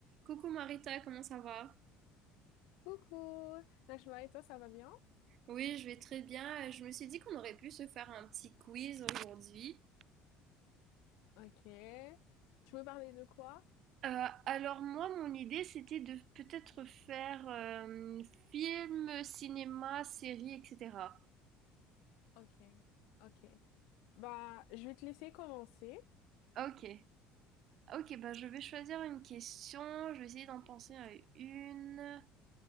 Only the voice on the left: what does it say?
Coucou, Najma et toi, ça va bien?
Ok. Tu veux parler de quoi?
Ok, ok. Bah, je vais te laisser commencer.